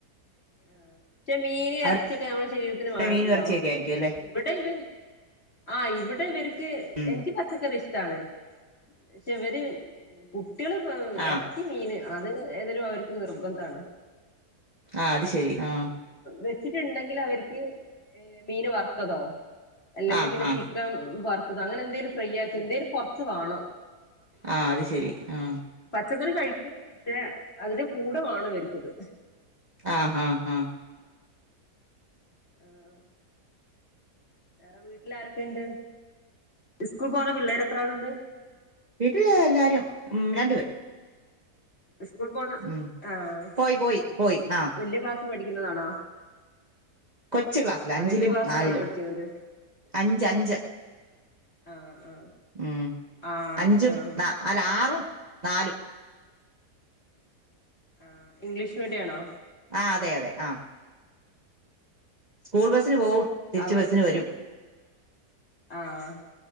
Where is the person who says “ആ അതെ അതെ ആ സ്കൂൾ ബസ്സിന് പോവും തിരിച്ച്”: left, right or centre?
Right